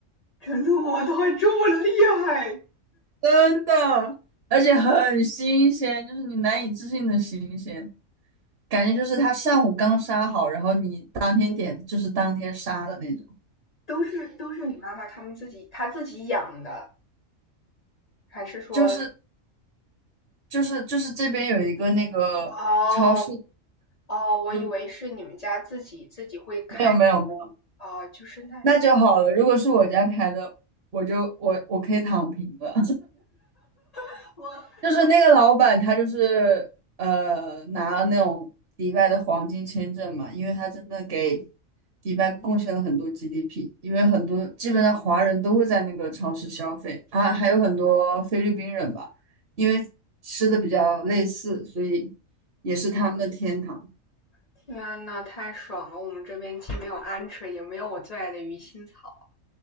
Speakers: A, on the left; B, on the right.
A: 真的吗？他还这么厉害？
B: 真的，而且很新鲜，就是你难以置信的新鲜，感觉就是它上午刚杀好，然后你当天点就是当天杀的那种，
A: 都是都是你妈妈他们自己他自己养的，还是说？
B: 就是就是就是这边有一个那个超市，
A: 哦，哦，我以为是你们家自己自己会开那种，
B: 不，没有没有没有，
A: 哦，就是那，
B: 那就好了。如果是我家开的，我就我我可以躺平了。
A: 我
B: 就是那个老板，他就是呃拿了那种迪拜的黄金签证嘛，因为他真的给迪拜贡献了很多 GDP，因为很多基本上华人都会在那个超市消费啊，还有很多菲律宾人吧，因为吃的比较类似，所以也是他们的天堂。
A: 天呐，太爽了！我们这边既没有鹌鹑，也没有我最爱的鱼腥草。